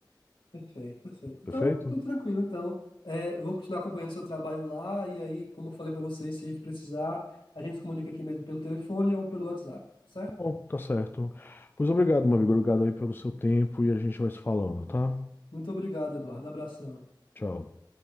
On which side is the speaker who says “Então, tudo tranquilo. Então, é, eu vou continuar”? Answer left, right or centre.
Left